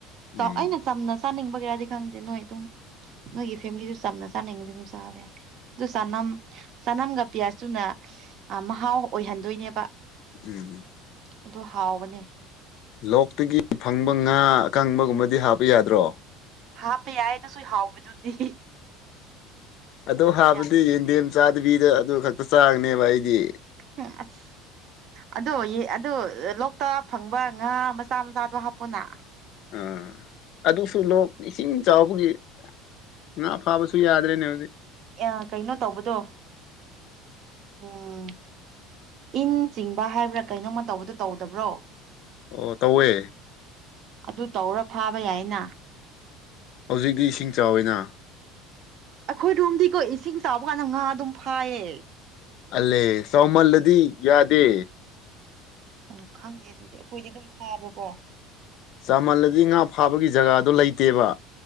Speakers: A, on the right; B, on the left.
A: ꯆꯥꯎ
B: ꯎꯝ
A: ꯑꯩꯅ ꯆꯝꯅ ꯆꯥꯅꯤꯡꯕꯒꯤꯔꯗꯤ ꯈꯪꯗꯦ ꯅꯣꯏ ꯑꯗꯨꯝ ꯅꯣꯏꯒꯤ ꯐꯦꯃꯤꯂꯤꯁꯨ ꯆꯝꯅ ꯆꯥꯅꯤꯡꯗꯤ ꯑꯗꯨꯝ ꯆꯥꯕ ꯌꯥꯏ ꯑꯗꯨ ꯆꯅꯝ ꯆꯅꯝꯒ ꯄꯤꯌꯥꯁꯇꯨꯅ ꯑꯥ ꯃꯍꯥꯎ ꯑꯣꯏꯍꯟꯗꯣꯏꯅꯦꯕ
B: ꯎꯝ ꯎꯝ
A: ꯑꯗꯨ ꯍꯥꯎꯕꯅꯦ
B: ꯂꯣꯛꯇꯒꯤ ꯐꯪꯕ ꯉꯥ ꯑꯀꯪꯕꯒꯨꯝꯕꯗꯤ ꯍꯥꯞꯄ ꯌꯥꯗ꯭ꯔꯣ
A: ꯍꯥꯞꯄ ꯌꯥꯏ ꯑꯗꯨꯁꯨ ꯍꯥꯎꯕꯗꯨꯗꯤ
B: ꯑꯗꯣ
A: ꯑꯗꯨꯁꯨ
B: ꯍꯥꯞꯕꯗꯤ
A: ꯌꯥꯏ
B: ꯌꯦꯟꯗꯦꯝ ꯆꯥꯗꯕꯤꯗ ꯑꯗꯨ ꯈꯛꯇ ꯆꯥꯒꯅꯦꯕ ꯑꯩꯗꯤ
A: <unintelligible> ꯑꯗꯣ ꯌꯦ ꯑꯗꯣ ꯂꯣꯛꯇ ꯐꯪꯕ ꯉꯥ ꯃꯆꯥ ꯃꯆꯥꯗꯣ ꯍꯥꯞꯄꯣꯅ
B: ꯑꯥ ꯑꯗꯨꯁꯨ ꯂꯣꯛ ꯏꯁꯤꯡ ꯆꯥꯎꯕꯒꯤ ꯉꯥ ꯐꯥꯕꯁꯨ ꯌꯥꯗ꯭ꯔꯦꯅꯦ ꯍꯧꯖꯤꯛ
A: ꯌꯥ ꯀꯩꯅꯣ ꯇꯧꯕꯗꯣ
B: <unintelligible>
A: ꯎꯝ ꯏꯟ ꯆꯤꯡꯕ ꯍꯥꯏꯕ꯭ꯔꯥ ꯀꯩꯅꯣꯝꯃ ꯇꯧꯕꯗꯣ ꯇꯧꯗꯕ꯭ꯔꯣ
B: ꯑꯣ ꯇꯧꯋꯦ
A: ꯑꯗꯨ ꯇꯧꯔ ꯐꯥꯕ ꯌꯥꯏꯅ
B: ꯍꯧꯖꯤꯛꯇꯤ ꯏꯁꯤꯡ ꯆꯥꯎꯏꯅ
A: ꯑꯩꯈꯣꯏꯔꯣꯝꯗꯤꯀꯣ ꯏꯁꯤꯡ ꯆꯥꯎꯕ ꯀꯥꯟꯗ ꯉꯥ ꯑꯗꯨꯝ ꯐꯥꯏꯌꯦ
B: ꯑꯂꯦ ꯆꯥꯎꯃꯜꯂꯗꯤ ꯌꯥꯗꯦ
A: ꯑꯣ ꯈꯪꯗꯦ ꯑꯗꯨꯗꯤ ꯑꯩꯈꯣꯏꯗꯤ ꯑꯗꯨꯝ ꯐꯥꯕꯀꯣ
B: ꯆꯥꯃꯜꯂꯗꯤ ꯉꯥ ꯐꯥꯕꯒꯤ ꯖꯒꯥꯗꯣ ꯂꯩꯇꯦꯕ